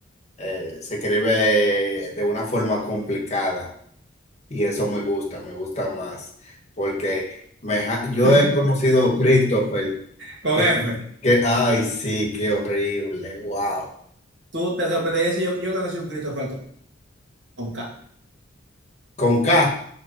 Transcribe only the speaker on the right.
<laughs>
con
F.
Tú te sorprenderías si yo, yo conocí un Christopher con, K.